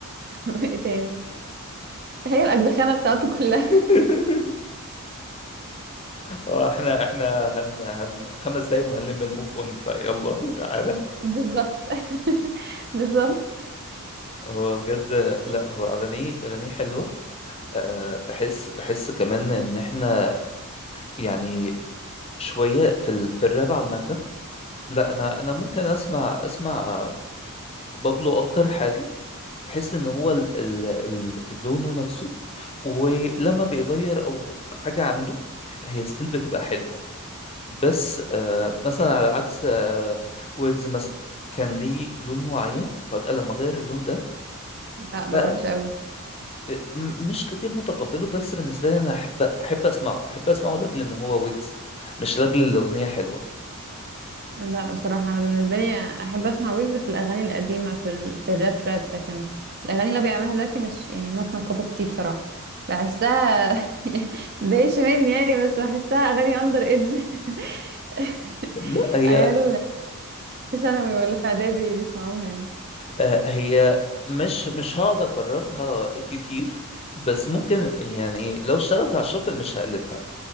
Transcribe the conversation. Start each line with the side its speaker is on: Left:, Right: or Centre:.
Right: وايه تاني هي الاجزخانه بتاعته كلها
Left: <laughs> هو احنا احنا هن هن خمس دقايق وهنلم الموف اون فيلا <laughs> تعالى
Right: <laughs> بالظبط <laughs> بالظبط
Left: هو بجد لا هو اغانيه اغانيه حلوه أه بحس بحس كمان ان احنا يعني شويه في ال في الراب عامه لا انا انا ممكن اسمع اسمع آه، بابلو اكتر حاجه بحس ان هو ال ال ال لونه نفسه ولما بيغير او حاجه عنده هي ستيل بتبقى حلوه بس آه مثلا على عكس آه ويجز مثلا كان ليه لون معين فجأة لما غير اللون ده
Right: لا
Left: بقى
Right: بقى وحش قوي
Left: آه، م- مش كتير متقبله بس بالنسبة لي أنا أحب أحب أسمعه أحب أسمعه لأجل إن هو ويجز مش لأجل الأغنية حلوة
Right: لا بصراحة أنا بالنسبة لي أحب أسمع ويجز في الأغاني القديمة في ال... في الراب راب لكن الأغاني اللي هو بيعملها دلوقتي مش يعني not my cup of tea بصراحة بحسها <laughs> متضايقش مني يعني بس بحسها أغاني under age <laughs>
Left: لا هي
Right: عيال في ثانوي ولا في إعدادي بيسمعوها يعني
Left: آه، هي مش مش هقعد اكررها كتير بس ممكن يعني لو اشتغلت على الشفل مش هقلبها